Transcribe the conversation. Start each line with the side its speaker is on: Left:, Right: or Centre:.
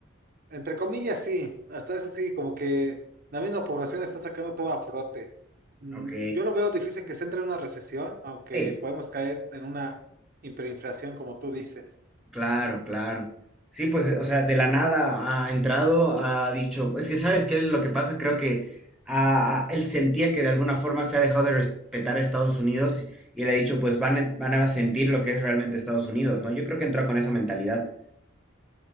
Right: Entre comillas, sí, hasta eso sí, como que la misma población está sacando todo a frote. Mm,
Centre: Ok.
Right: Yo lo veo difícil que se entre en una recesión, aunque
Centre: Sí.
Right: podemos caer en una hiperinflación, como tú dices,
Centre: Claro, claro. Sí, pues, o sea, de la nada ha entrado, ha dicho, es que sabes qué es lo que pasa, creo que ah, ah, él sentía que de alguna forma se ha dejado de respetar a Estados Unidos y, y le ha dicho, pues van a, van a sentir lo que es realmente Estados Unidos, ¿no? Yo creo que entró con esa mentalidad.